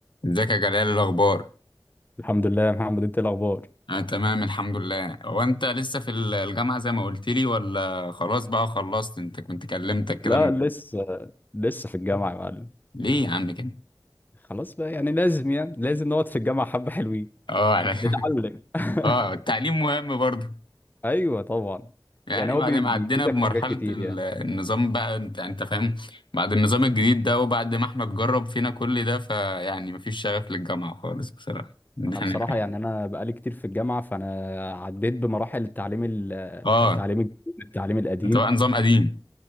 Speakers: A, on the left; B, on the left.
A: ازيك يا جلال إيه الاخبار
B: الحمد لله يا محمد انت ايه الاخبار
A: انا تمام الحمد لله هو انت لسه في الجامعه زي ما قلت لي ولا خلاص بقى خلصت انت كنت كلمتك
B: لا
A: كده من...
B: لسه لسه في الجامعه يا معلم
A: ليه يا عم كده
B: خلاص بقى يعني لازم يعني لازم نقعد في الجامعه حبه حلوين
A: اه على...
B: بتعلم
A: <laughs>
B: <laughs>
A: اه التعليم مهم برضه
B: ايوه طبعا
A: يعني
B: يعني هو
A: بعد
B: بي-
A: ما
B: بيفيدك
A: عدينا بمرحله
B: في حاجات كتير
A: ال-
B: يعني
A: النظام بقى انت انت فاهم بعد النظام الجديد ده وبعد ما احنا اتجرب فينا كل ده فيعني مفيش شغف للجامعه خالص بصراحه <laughs> يعني
B: انا بصراحه يعني انا بقالي كتير في الجامعه فانا عديت بمراحل التعليم ال-
A: اه
B: التعليم الجديد التعليم القديم
A: انت بقى نظام قديم